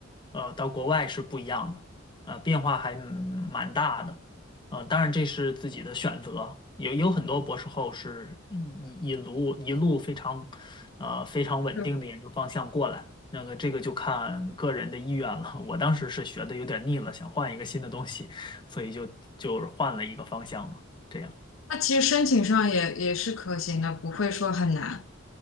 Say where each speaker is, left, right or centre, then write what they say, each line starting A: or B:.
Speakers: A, on the left; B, on the left.
A: 呃到国外是不一样的，呃，变化还蛮大的，啊，当然这是自己的选择，有有很多博士后是一一一路一路非常呃非常稳定的研究方向过来，
B: 就
A: 那个这个就看个人的意愿了。我当时是学的有点腻了，想换一个新的东西，所以就就是换了一个方向嘛，这样
B: 那其实申请上也也是可行的，不会说很难，